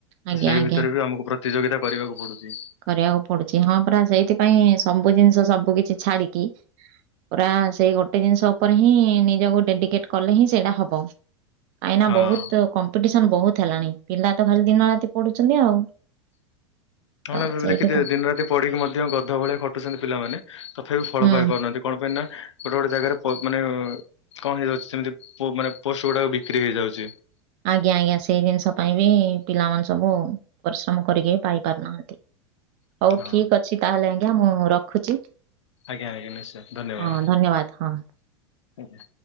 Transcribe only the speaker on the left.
ସେଇ
ଭିତରେ ବି ଆମକୁ ପ୍ରତିଯୋଗିତା କରିବାକୁ ପଡୁଛି।
ହଁ।
ଆପଣ
ଏବେବି
ଦେଖିଥିବେ
ଦିନ ରାତି ପଢିକି ମଧ୍ୟ ଗଧ ଭଳିଆ ଖଟୁଛନ୍ତି ପିଲାମାନେ। ତଥାପି ଫଳ
ପାଇପାରୁନାହାନ୍ତି କଣ ପାଇଁ ନାଁ ଗୋଟେ ଗୋଟେ ଜାଗାରେ ପ ମାନେ କଣ ହେଇଯାଉଛି ସେମିତି ପୋ ମାନେ ପୋଷ୍ଟ ଗୁଡାକ ବିକ୍ରି ହେଇଯାଉଛି।
ହଁ
ଆଜ୍ଞା ଆଜ୍ଞା ନିଶ୍ଚୟ ଧନ୍ୟବାଦ।